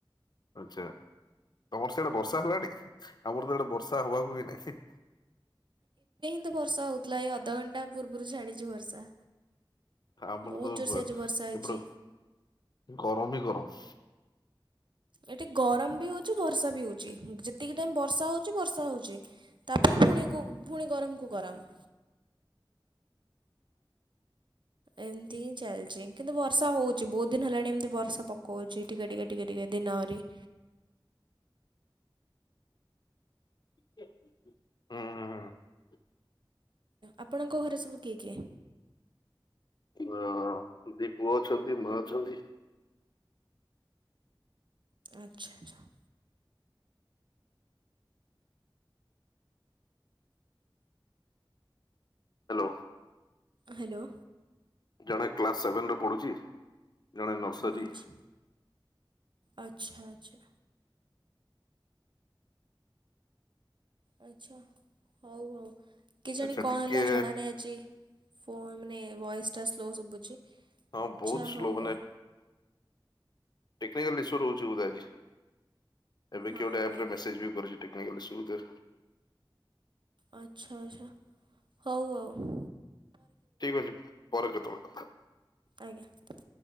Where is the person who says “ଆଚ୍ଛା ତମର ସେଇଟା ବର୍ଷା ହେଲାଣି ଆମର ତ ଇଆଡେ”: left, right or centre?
Left